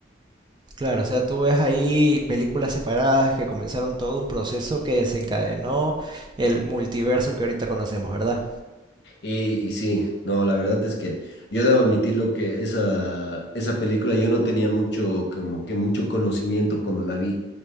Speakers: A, on the right; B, on the left.
A: Claro, o sea, tú ves ahí películas separadas que comenzaron todo un proceso que desencadenó el multiverso que ahorita conocemos, ¿verdad?
B: Y, y, sí, no, la verdad es que yo debo admitir lo que esa, esa película yo no tenía mucho, como que mucho conocimiento cuando la vi,